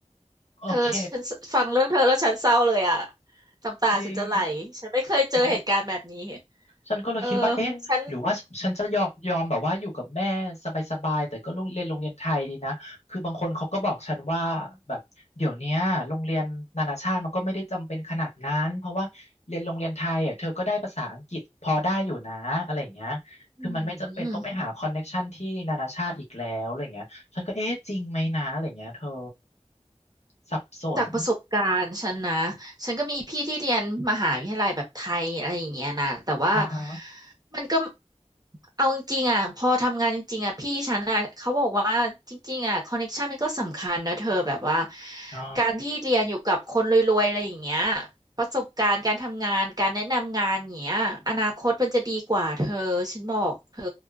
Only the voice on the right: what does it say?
เธอฉันฟังเรื่องเธอแล้วฉันเศร้าเลยอะน้ำตาฉันจะไหลฉันไม่เคยเจอเหตุการณ์แบบนี้
เออฉัน
อื
ม
จากประสบการณ์ฉันนะฉันก็มีพี่ที่เรียนมหาวิทยาลัยแบบไทยอะไรอย่างเงี้ยนะแต่ว่า
มันก็เอาจริงๆอ่ะพอทำงานจริงๆอ่ะพี่ฉันอ่ะเขาบอกว่าจริงๆอ่ะคอนเน t ชันมันก็สำคัญนะเธอแบบว่า
การที่เรียนอยู่กับคนรวยๆอะไรอย่างเงี้ยประสบการณ์การทำงานการแนะนำงานอย่างเงี้ยอนาคตมันจะดีกว่าเธอฉันบอกเธอ